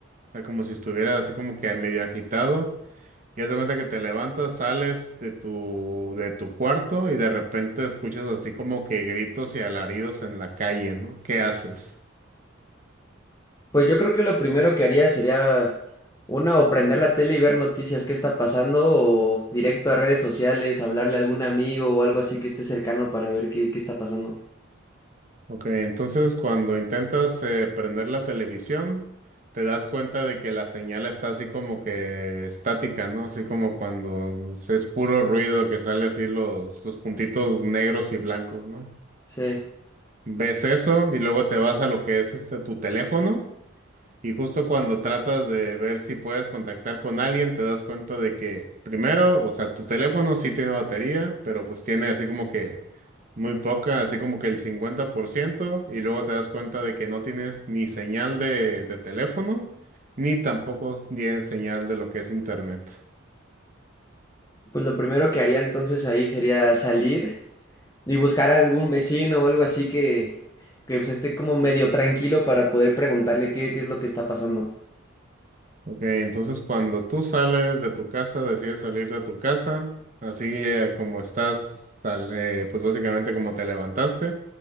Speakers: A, on the right; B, on the left.
A: o sea, como si estuvieras así como que medio agitado. Y haz de cuenta que te levantas, sales de tu, de tu cuarto y de repente escuchas así como que gritos y alaridos en la calle, ¿no? ¿Qué haces?
B: Pues yo creo que lo primero que haría sería una o prender la tele y ver noticias, qué está pasando, o directo a redes sociales, hablarle a algún amigo o algo así que esté cercano para ver qué, qué está pasando.
A: Ok, entonces cuando intentas eh, prender la televisión, te das cuenta de que la señal está así como que estática, ¿no? Así como cuando es es puro ruido que sale así los, los puntitos negros y blancos, ¿no?
B: Sí,
A: Ves eso y luego te vas a lo que es este tu teléfono. Y justo cuando tratas de ver si puedes contactar con alguien, te das cuenta de que primero, o sea, tu teléfono sí tiene batería, pero pues tiene así como que muy poca, así como que el 50%, y luego te das cuenta de que no tienes ni señal de, de teléfono, ni tampoco tienes señal de lo que es internet.
B: pues lo primero que haría entonces ahí sería salir y buscar a algún vecino o algo así que, que pues, esté como medio tranquilo para poder preguntarle qué, qué es lo que está pasando.
A: Ok, entonces cuando tú sales de tu casa, decides salir de tu casa, así eh, como estás, sal- eh, pues básicamente como te levantaste,